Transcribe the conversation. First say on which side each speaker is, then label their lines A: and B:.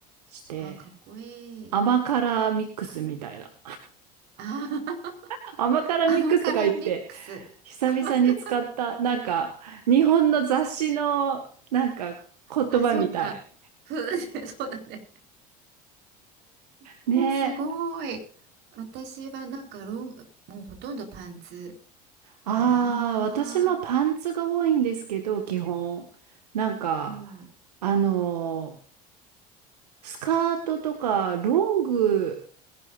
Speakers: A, on the right (about 85°); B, on the right (about 60°).
A: して、
B: あー、かっこいい。
A: 甘辛ミックスみたいな。
B: あー <laughs>、
A: <laughs> 甘辛ミックスとか言って、
B: 甘辛ミックス。
A: 久々に使った、
B: 甘辛
A: なんか、日本の雑誌の、なんか、言葉みたい。
B: あ、そっか。<laughs> そうだね。そうだね。えすごい。
A: ね
B: 私はなんかロング、もうほとんどパンツ
A: ああ、
B: かな。
A: 私もパンツが多いんですけど、基本。なんか、
B: うん。
A: あのー、スカートとかロング